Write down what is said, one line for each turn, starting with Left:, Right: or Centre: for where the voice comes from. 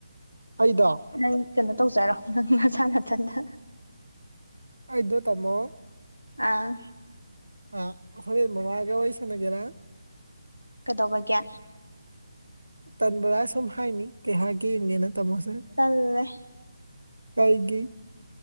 Right: ꯑꯩꯗ
Left: ꯅꯪ ꯀꯩꯅꯣ ꯇꯧꯖꯔꯣ ꯅꯪ ꯅꯁꯥ ꯅꯥꯊꯟꯗ
Right: ꯑꯩꯗꯣ ꯇꯃꯣ
Left: ꯑꯥ
Right: ꯑ ꯑꯈꯣꯏ ꯃꯃꯥꯒ ꯋꯥꯔꯤ ꯁꯥꯅꯒꯦꯔꯥ?
Left: ꯀꯩꯗꯧꯕꯒꯤ?
Right: ꯇꯟꯕꯗ ꯁꯨꯝ ꯍꯥꯏꯅꯤ ꯀꯩꯍꯥꯏꯔꯛꯀꯦ ꯌꯦꯡꯒꯦꯅ ꯇꯝꯃꯣꯁꯦ꯫
Left: ꯇꯜꯂꯦ
Right: ꯀꯩꯒꯤ?